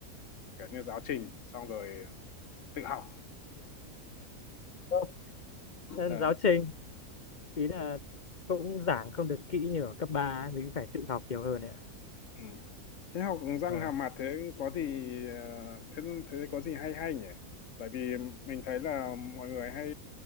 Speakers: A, on the left (about 60°); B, on the left (about 35°).
A: kiểu như giáo trình xong rồi tự học
B: Vâng,
A: Ờ,
B: Nên giáo trình ý là cũng giảng không được kỹ như ở cấp 3 ấy. mình cũng phải tự học nhiều hơn ấy ạ.
A: ừ. thế học răng
B: Ờ,
A: hàm mặt thế có gì ờ, thế thế có gì hay hay nhỉ bởi vì mình thấy là mọi người hay